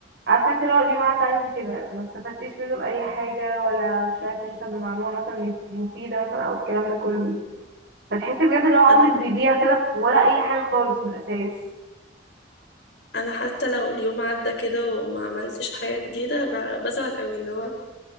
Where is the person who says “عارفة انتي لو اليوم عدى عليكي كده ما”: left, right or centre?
Right